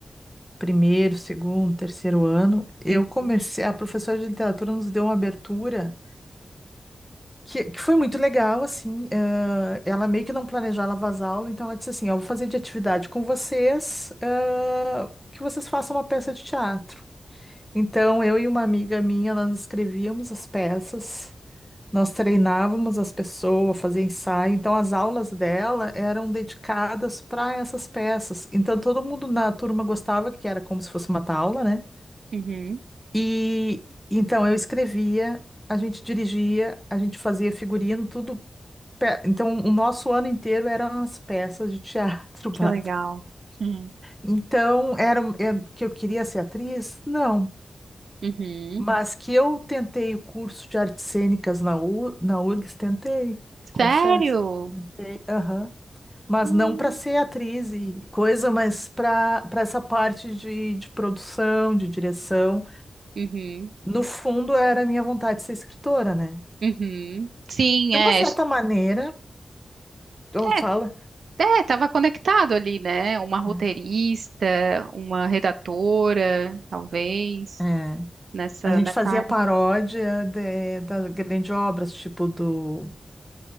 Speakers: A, in the centre; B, on the right (about 75°).
A: primeiro, segundo, terceiro ano, eu
B: Uhum.
A: comecei, a professora de literatura nos deu uma abertura que, que foi muito legal, assim, ah, ela meio que não planejava as aulas, então ela disse assim, ó, eu vou fazer de atividade com vocês, ah, que vocês façam uma peça de teatro. Então, eu e uma amiga minha, nós escrevíamos as peças, nós treinávamos as pessoas a fazer ensaio. Então, as aulas dela eram dedicadas para essas peças. Então, todo mundo na turma gostava, que era como se fosse uma aula, né?
B: Uhum.
A: E então, eu escrevia, a gente dirigia, a gente fazia figurino, tudo. pe- Então, o nosso ano inteiro eram as peças de teatro, <laughs> Bárbara.
B: Que legal. Uhum.
A: Então, era é, que eu queria ser atriz? Não.
B: Uhum.
A: Mas que eu tentei o curso de artes cênicas na, U, na URGS, tentei, confesso,
B: Sério?
A: tentei, aham. Mas
B: Hum.
A: não para ser atriz e coisa, mas para para essa parte de, de produção, de direção.
B: Uhum.
A: No fundo, era a minha vontade de ser escritora, né?
B: Uhum. Sim,
A: De
B: é.
A: uma certa maneira, eu
B: É,
A: falo,
B: É, estava conectado ali, né? Uma roteirista,
A: é,
B: uma redatora, talvez,
A: é,
B: nessa,
A: a gente
B: nessa
A: fazia
B: área.
A: paródia de- das grandes obras, tipo do